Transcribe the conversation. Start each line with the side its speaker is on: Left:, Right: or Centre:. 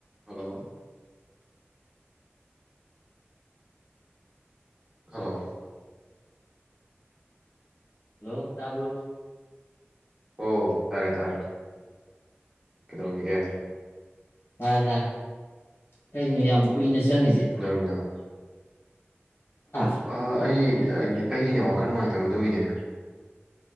Right: Hello. Hello.
Left: Hello ꯇꯥꯕ꯭ꯔꯣ꯫
Right: ꯍꫭ ꯇꯥꯔꯦ ꯇꯥꯔꯦ ꯀꯩꯗꯧꯔꯝꯏꯒꯦ꯫
Left: ꯇꯥꯏ ꯇꯥꯏ꯫ ꯀꯩꯅꯣ ꯌꯥꯝ ꯀꯨꯏꯅ ꯆꯪꯉꯤꯁꯦ
Right: ꯀꯩꯗꯧꯔꯝꯏꯅꫭ꯫
Left: ꯍꯥ
Right: ꯑ ꯑꯩ ꯑ ꯑꯩꯒꯤꯅꯦ ꯋꯥꯈꯟ ꯅꯨꯡꯉꯥꯏꯇꯕ ꯑꯗꯨꯒꯤꯅꯦ